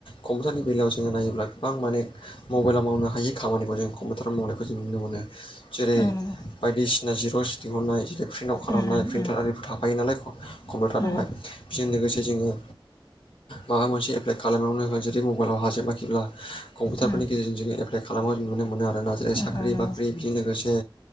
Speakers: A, on the left; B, on the left.
A: कम्पिउटारनि बेलायाव जोङो नायोब्ला गोबां माने मबाइलाव मावनो हायि खामानिखौ जों कम्पिउटाराव मावनायखौ जों नुनो मोनो जेरै
B: औ नंगौ
A: बायदिसिना जिर'स दिहुननाय जेरै प्रिन्ट आवट खालामनाय
B: उम
A: प्रिन्टार
B: उम
A: आर थाफायो नालाय कम्पिउटारावहाय
B: उम
A: बेजों लोगोसे जोङो माबा मोनसे एप्लाइ खालामनायावनो हो जुदि मबाइलाव हाजेाखैब्ला कम्पिउटारफोरनि
B: उम
A: गेजेरजों ए एप्लाइ खालामो जों नुनो मोनो आरो नााय
B: उम
A: साख्रि
B: औ औ नंगौ
A: बाख्रि बिजों लोगोसे